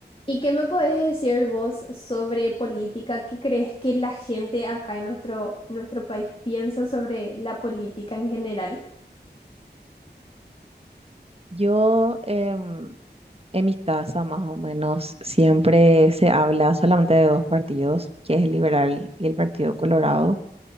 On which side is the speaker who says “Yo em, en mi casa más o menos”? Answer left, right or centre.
Right